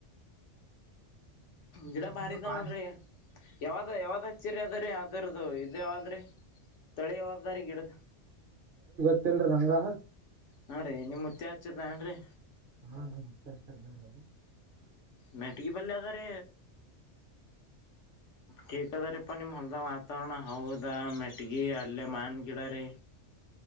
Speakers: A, on the left (about 80°); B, on the right (about 50°).
A: ಗಿಡ
B: ಹಂಗೆ
A: ಬಾರಿ ಇದ
B: ಬಾಳ್
A: ನೋಡ್ರಿ ಯಾವ್ದ ಯಾವ್ದ ಹಚ್ಚರಿ ಅದ ರೀ ದರದು ಇದಾವಾದ್ರೆ ತಳಿವ್ದಾರಿ ಗಿಡ್ದ
B: ಹೇಳಲ್ರಂಗ
A: ಹಾ ರೀ ನಿ ಮುುತ್ತೆ ಹಚ್ಚದಏನ್ ರೀ
B: ಹಾ ನನ್ತ ಇದ್ದಿದ್ದಾರೆದು
A: ಮೆಟಗೆ ಪಲೆದ ರ ಕ್ ಅದ ರೀ ಪಾ ನಿಮ್ ಹೊಲ್ದ ವಾತಾವರಣ ಹೌದಾ ಮೆಟ್ಗಿ ಅಲ್ಲೇ ಮಾನ್ ಗಿಡ ರೀ